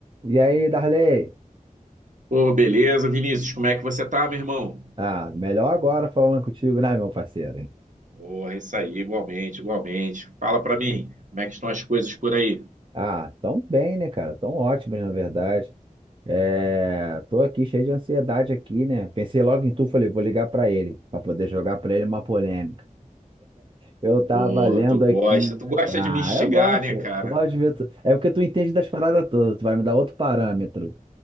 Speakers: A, on the right; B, on the right.
A: E aí, Darley?
B: Ô, beleza, Vinícius, como é que você tá, meu irmão?
A: Ah, melhor agora falando contigo, né, meu parceiro? hein?
B: Porra, isso aí, igualmente, igualmente. Fala pra mim, como é que estão as coisas por aí?
A: Ah, tão bem, né, cara? Tão ótimos, na verdade. É, tô aqui cheio de ansiedade aqui, né? Pensei logo em tu, falei, vou ligar pra ele, pra poder jogar pra ele uma polêmica. Eu tava
B: Porra,
A: lendo
B: tu gosta,
A: aqui.
B: tu gosta
A: Ah,
B: de me instigar,
A: eu gosto.
B: né, cara?
A: Eu gosto de ver. tu- É porque tu entende das paradas todas, tu vai me dar outro parâmetro.